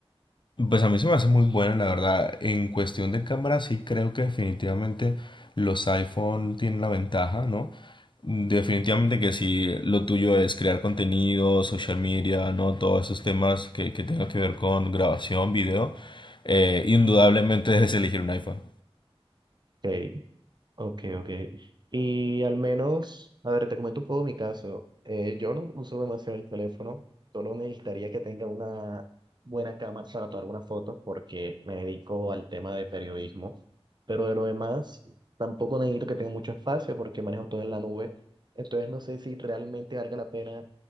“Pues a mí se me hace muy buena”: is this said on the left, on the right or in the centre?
Left